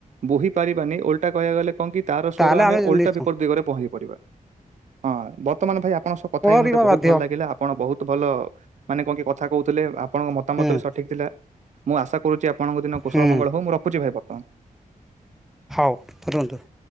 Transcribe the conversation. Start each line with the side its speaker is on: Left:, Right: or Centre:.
Right: ବୋହି ପାରିବାନି ଓଲଟା କହହା ଗଲେ କଣ କି ତ ସ୍ୱର
Centre: ତାହେଲେ
Right: ଆମେ ଓଲ୍ଟା
Centre: ନିଶ୍ଚୟ
Right: ବିପରୀତ ଦିଗରେ ପହଁରିବା। ହଁ ବର୍ତ୍ତମାନ ଭାଇ ଆପଣଙ୍କ ସହ କଥା
Centre: କରିବା
Right: ହେଇକି ମୋତେ ବହୁତ
Centre: ବାଧ୍ୟ
Right: ଭଲ ଲାଗିଲା ଆପଣ ବହୁତ ଭଲ ମାନେ କଣ କି କଥା କହୁଥିଲେ ଆପଣଙ୍କ ମତାମତ
Centre: ହୁଁ
Right: ବି ସଠିକ ଥିଲା। ମୁଁ ଆଶା କରୁଛି ଆପଣଙ୍କ ଦିନ କୁଶଳ
Centre: ହୁଁ
Right: ମଙ୍ଗଳ ହଉ ମୁଁ ରଖୁଛି ଭାଇ ବର୍ତ୍ତମାନ।
Centre: ହଉ ରୁହନ୍ତୁ।